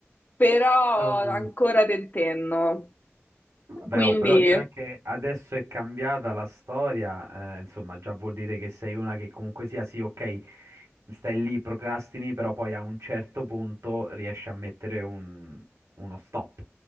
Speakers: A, on the left; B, on the right.
A: però
B: Eh,
A: ancora tentenno.
B: Vabbè,
A: Quindi
B: oh, però già che adesso è cambiata la storia, eh, insomma, già vuol dire che sei una che comunque sia, sì, ok, stai lì, procrastini, però poi a un certo punto riesci a mettere un- uno stop,